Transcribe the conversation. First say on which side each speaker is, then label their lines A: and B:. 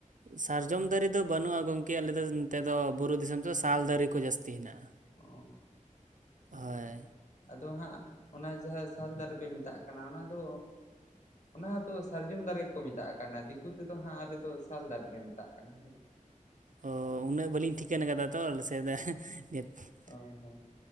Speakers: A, on the right; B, on the left.
A: ᱥᱟᱨᱡᱚᱢ ᱫᱟᱨᱮ ᱫᱚ ᱵᱟᱹᱱᱩᱜᱼᱟ ᱜᱚᱢᱠᱮ ᱟᱞᱮ ᱫᱚ ᱱᱚᱛᱮ ᱫᱚ ᱵᱩᱨᱩ ᱫᱤᱥᱚᱢ ᱫᱚ ᱥᱟᱞ ᱫᱟᱨᱮ ᱠᱚ ᱡᱟᱹᱥᱛᱤ ᱦᱮᱱᱟᱜᱼᱟ
B: ᱚ ᱟᱢ
A: ᱦᱳᱭ
B: ᱟᱫᱚ ᱦᱟᱸᱜ ᱚᱱᱟ ᱡᱟᱦᱟᱸ ᱥᱟᱞ ᱫᱟᱨᱮ ᱯᱮ ᱢᱮᱛᱟᱜ ᱠᱟᱱᱟ ᱚᱱᱟ ᱫᱚ ᱚᱱᱟ ᱦᱚᱸᱛᱚ ᱥᱟᱨᱡᱚᱢ ᱫᱟᱨᱮ ᱜᱮᱠᱚ ᱢᱮᱛᱟᱜ ᱠᱟᱱᱟ ᱫᱤᱠᱩ ᱛᱮᱫᱚ ᱦᱟᱸᱜ ᱟᱞᱮ ᱫᱚ ᱥᱟᱞ ᱫᱟᱨᱮ ᱞᱮ ᱢᱮᱛᱟᱜ ᱠᱟᱱᱟ ᱦᱳᱭ ᱾
A: ᱚ ᱩᱱᱟᱹᱜ ᱵᱟᱹᱞᱤᱧ ᱴᱷᱤᱠᱟᱹᱱ ᱠᱟᱫᱟ ᱛᱚ <unintelligible>
B: ᱦᱳ ᱦᱳᱭ ᱾